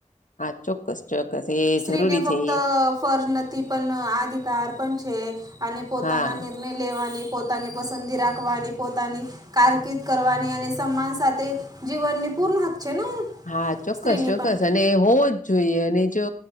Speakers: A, on the left; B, on the right.
A: હા ચોક્કસ ચોક્કસ એ
B: સ્ત્રીને
A: જરૂરી
B: ફક્ત
A: છે એ
B: ફર નથી પણ આધિકાર પણ છે અને પોતાના
A: હા
B: લેવાની પોતાની પસંદગી રાખવાની પોતાની કારકિર્દ કરવાની અને સન્માન સાથે જીવનની પૂર્ણ હક છે ને
A: હા ચોક્કસ
B: સ્ત્રીને
A: ચોક્કસ
B: પણ
A: અને હોવો જ જોઈએ અને જો